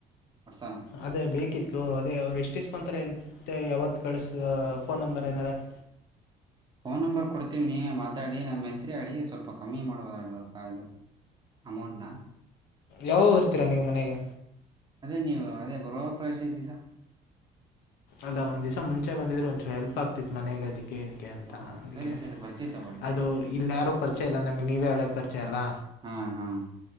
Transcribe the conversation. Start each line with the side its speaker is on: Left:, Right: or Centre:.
Right: ಕೊಡ್ಸೋಣ
Left: ಅದೇ ಬೇಕಿತ್ತು ಅದೇ ಅವ್ರು ಎಷ್ಟಿಸ್ಕೊಂತಾರೆ ಎಂತೆ ಯಾವತ್ತು ಕಳಸ ಫೋನ್ ನಂಬರ್ ಏನಾರ <inaudible>
Right: ಫೋನ್ ನಂಬರ್ ಕೊಡ್ ಕೊಡತೀವನಿ ಮಾತಾಡಿ ನಮ್ಮ ಹೆಸ್ರ ಹೇಳಿ ಸ್ವಲ್ಪ ಕಮ್ಮಿ ಮಾಡಬೋದು ಇದು ಆಡವಾ ಅಮೌಂಟ್ನಾ
Left: ಯಾವಗ ಇರ್ತೀರಾ ನೀವು ಮನೆಗೆ
Right: ಅದೇ ನೀವು ಅದೇ ಬರುವಾಗ ಪ್ರವೇಶ ದಿವಸ್
Left: ಅಲ್ಲ ಒಂದ ದಿವಸ ಮುಂಚೆ ಬಂದಿದ್ರೆ ಒಂಚೂರು ಹೆಲ್ಪ್ ಆಗ್ತಿತ್ ಮನೆಗೆ ಅದಕ್ಕೆ ಹೇಳದೆ ಅದಿಕ್ಕೆ ಅಂತ
Right: ಹಾಂ
Left: ಅದಕ್ಕೆ
Right: ಸರಿ ಸರಿ ಬರ್ತೀವಿ ತಗೊಳ್ಳಿ
Left: ಅದು ಇಲ್ಲಿ ಯಾರು ಪರಿಚಯ ಇಲ್ಲ ನಮಗ್ ನೀವೇ ಹಳೆ ಪರಿಚಯ ಅಲ್ಲ
Right: ಹಾ ಹಾ